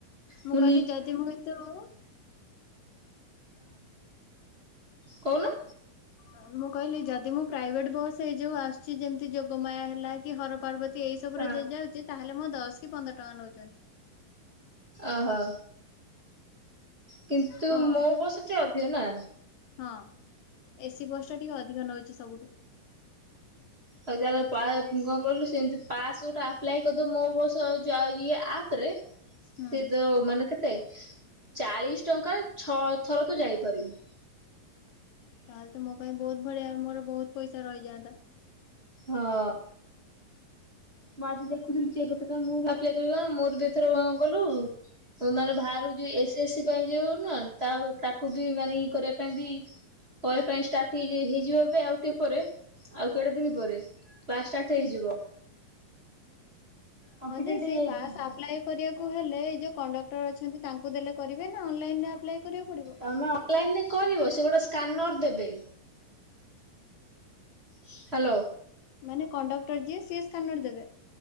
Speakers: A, on the left; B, on the right.
A: ମୁଁ
B: ହଁ
A: କହିଲି ଯଦି ମୁଁ କିନ୍ତୁ ହଁ।
B: କହୁନୁ।
A: ହଁ। ମୁଁ କହିଲି ଯଦି ମୁଁ ପ୍ରାଇଭେଟ୍ ବସ୍, ଏଇ ଯୋଉ ଆସୁଚି ଯେମିତି ଯୋଗମାୟା ହେଲା କି ହର ପାର୍ବତ ତୀ ଏଇ ସବୁରେ
B: ହଁ।
A: ଯଦି ଯାଉଚି, ତାହେଲେ ମୋ ଦଶ କି ପନ୍ଦର ଟଙ୍କା ନଉଚନ୍ତି।
B: ଓହୋ! କିନ୍ତୁ
A: ହଁ
B: ମୋ ବସ୍ ରେ ଟିକେ ଅଧିକ ନା?
A: ହଁ ଏସି ବସ୍ ଟା ଟିକେ ଅଧିକ ନଉଛି ସବୁଠୁ।
B: ଆଉ ତାଲେ ପା କଣ କହିଲୁ, ସେମତି ପାଶ୍ ଗୋଟେ ଆପ୍ଲାଇ କରିଦବୁ ମୋ ବସ ଜୋ ଇଏ ଆପ୍ ରେ
A: ହୁଁ।
B: ସିଏ ତୋ ମାନେ କେତେ ଚାଳିଶ ଟଙ୍କା ଛଅ ଥର ତୁ ଯାଇପାରିବୁ।
A: ତାହେଲେ ତ ମୋ ପାଇଁ ବହୁତ ବଢ଼ିଆ, ମୋର ବହୁତ ପଇସା ରହିଯାଆନ୍ତା।
B: ହଁ। ମୁଁ ଆଜି ଦେଖୁଥିଲି ଚେକ୍ କରୁଥି ମୁଁ ବି ଆପ୍ଲାଏ କରିବା। ମୋର ବି ଏଥର କଣ କହିଲୁ ଉ ମାନେ ବାହାରୁ ଯୋଉ, ଏସ ଏ ସି ପାଇଁ ଯୋଉ ନୁହଁ ତା ତାକୁ ବି ମାନେ ଇ କରିବା ପାଇଁ ବି କରିବା ପାଇଁ ଷ୍ଟାର୍ଟ ହେଜେ ହେଇଯିବ ଏବେ, ଆଉ ତିକେପରେ ପରେ ଆଉ କେଡ଼େ ଦିନ ପରେ କ୍ଲାସ ଷ୍ଟାର୍ଟ ହେଇଯିବ। କମ୍ପିଟେଟିଭ୍
A: ହ ଯେ ସେଇ
B: ଏକ୍ଜାମ
A: ପାସ ଆପ୍ଲାଏ କରିବାକୁ ହେଲେ, ଏଇ ଯୋଉ କଣ୍ଡକ୍ଟର ଅଛନ୍ତି ତାଙ୍କୁ ଦେଲେ କରିବେ ନା ଅନଲାଇନ୍ ରେ ଆପ୍ଲାଏ କରିବାକୁ ପଡ଼ିବ?
B: ତମେ ଅନଲାଇନ୍ ରେ କରିବ ସେ ଗୋଟେ ସ୍କାନର ଦେବେ। ହ୍ୟାଲୋ।
A: ମାନେ କଣ୍ଡକ୍ଟର ଯିଏ ସିଏ ସ୍କାନର ଦେବେ?